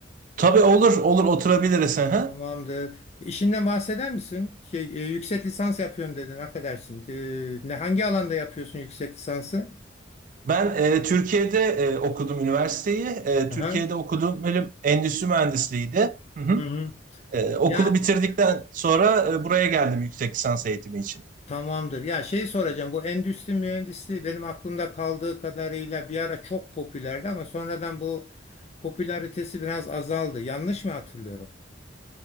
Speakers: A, on the right; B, on the left.
A: Tabii olur, olur oturabiliriz. hı hı.
B: Tamamdır. İşinden bahseder misin? Şey, e, yüksek lisans yapıyorum dedin. Affedersin. E, ne hangi alanda yapıyorsun yüksek lisansı?
A: Ben e, Türkiye'de e, okudum üniversiteyi. E, Türkiye'de
B: Aha.
A: okuduğum bölüm endüstri mühendisliğiydi. Hı hı.
B: Hı hı.
A: E, okulu
B: Ya
A: bitirdikten sonra e, buraya geldim yüksek lisans eğitimi için.
B: Tamamdır. Ya şey soracağım bu endüstri mühendisliği benim aklımda kaldığı kadarıyla bir ara çok popülerdi ama sonradan bu popülaritesi biraz azaldı. Yanlış mı hatırlıyorum?